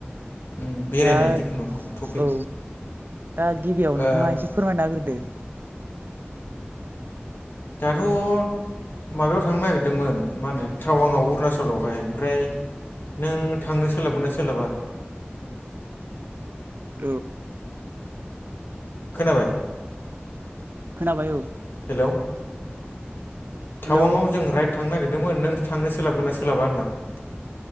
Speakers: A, on the left; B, on the right.
A: उम बेरायनाय
B: दा
A: जिखुनु टपिक
B: औ दा गिबियाव
A: ओ
B: नोंथाङा एसे फोरमायना होग्रोदो
A: दाथ' माबायाव थांनो नागिरदोंमोन मा होनो टाउनाव अरुनाचलावहाय ओमफ्राय नों थांनो सोलाबगोनना सोलाबा
B: औ
A: खोनाबाय
B: खोनाबाय औ
A: हेलौ
B: हेलौ
A: टावांआव जों राइट थांनो नागिरदोंमोन नों थांनो सोलाबगोनना सोलाबा होनदो आं